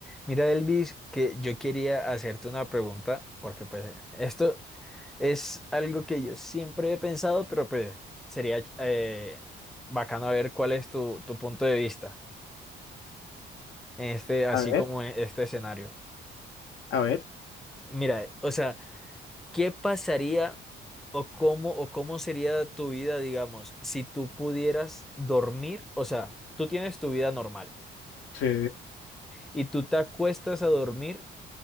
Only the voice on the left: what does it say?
A ver,
a ver.
Sí,